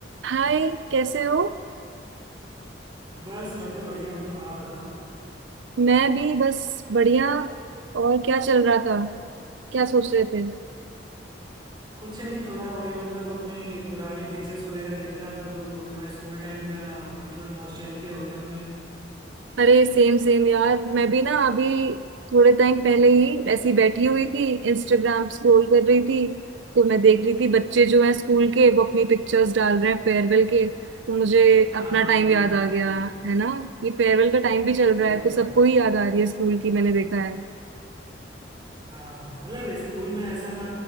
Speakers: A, on the right; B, on the right.
A: हाय कैसे हो
B: बस मैं तो बढ़िया हूँ आप बताओ
A: मैं भी बस बढ़िया और क्या चल रहा था क्या सोच रहे थे
B: कुछ नहीं थोड़ा वही मतलब अपने पुरानी पिक्चर्स वगैरह देख रहा था तो थोड़ा स्कूल टाइम का वही थोड़ा नॉस्टैल्जिया हो गया मुझे
A: अरे सेम सेम यार मैं भी ना अभी थोड़े टाइम पहले ही ऐसी बैठी हुई थी इंस्टाग्राम स्क्रॉल कर रही थी तो मैं देख रही थी बच्चे जो हैं स्कूल के वो अपनी पिक्चर्स डाल रहे हैं फेयरवेल के तो मुझे
B: हाँ
A: अपना टाइम
B: वही
A: याद
B: वही
A: आ गया है ना ये फेयरवेल का टाइम भी चल
B: सही
A: रहा है
B: बात
A: तो
B: है
A: सबको ही याद आ रही है स्कूल की मैंने देखा
B: हाँ मतलब स्कूल में ऐसा था